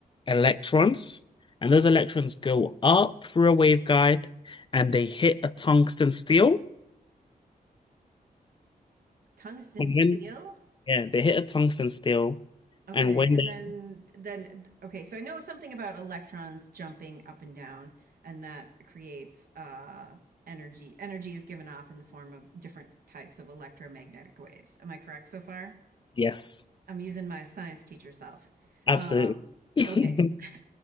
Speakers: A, on the left (about 30°); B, on the right (about 70°).
A: electrons, and those electrons go up through a waveguide, and they hit a tungsten steel.
B: Tungsten
A: And
B: steel?
A: when yeah, they hit a tungsten steel,
B: Okay,
A: and when
B: and
A: they
B: then then okay, so I know something about electrons jumping up and down, and that creates uh, energy. Energy is given off in the form of different types of electromagnetic waves. Am I correct so far?
A: yes,
B: I'm using my science teacher self.
A: absolutely.
B: Um,
A: <laughs>
B: okay. <laughs>